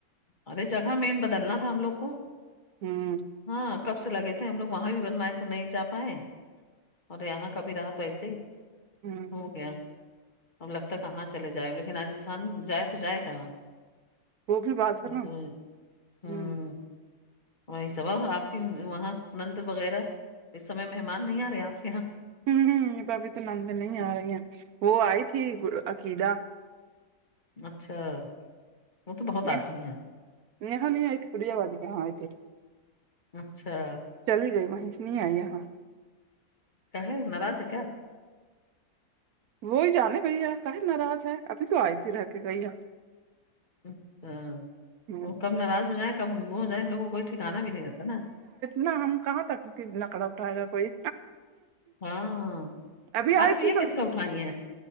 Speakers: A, on the left; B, on the right.
A: ارے جگہ مین بدلنا تھا ہم لوگ کو
B: ہم
A: ہاں کب سے لگے تھے ہم لوگ وہاں بھی بنوائے تو نہیں جا پائے اور یہاں کبھی رہ ویسے ہی
B: ہوں
A: ہو گیا اب لگتا ہے کہاں چلے جائے لیکن انسان جائے تو جائے کہاں
B: وہ بھی بات سنو
A: اس میں ہوں
B: ہم
A: وہی سب اور آپ کی وہاں نند وغیرہ اس سمے مہمان نہیں آ رہے آپ کے یہاں
B: ہمم ہمم ابھی تو نند نہیں آ رہی ہیں وہ آئی تھی عقیدہ
A: اچھا وہ تو بہت
B: <unintelligible>
A: آتی ہیں اچھا
B: چلی ہی گئی وہیں سے نہیں آئییا یہا
A: کا ہے ناراض ہے کیا
B: وہی جانے بھیا کہیں ناراض ہے ابھی تو آئے بھی رہ کے گئی ہے
A: اچھا
B: ہوں
A: وہ کم ناراض ہو جائیں کم وہ ہو جائیں لوگوں کوئی ٹھکانا بھی نہیں رہتا نا
B: نہ ہم کہاں تک ک نقل اٹھائے گا کوئی
A: ہاں
B: ابھی
A: ارے
B: آئی
A: تو یہ
B: تھی
A: کس کو اٹھائی ہیں